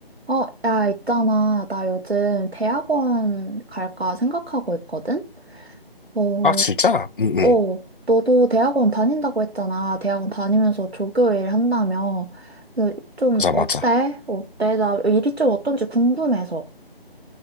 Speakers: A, on the right; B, on the left.
A: 어, 야, 있잖아. 나 요즘 대학원 갈까 생각하고 있거든? 어,
B: 아, 진짜? 응, 응.
A: 어, 너도 대학원 다닌다고 했잖아. 대학원 다니면서 조교일 한다며. 그래서 좀
B: 맞아,
A: 어때?
B: 맞아.
A: 어때? 나 일이 좀 어떤지 궁금해서.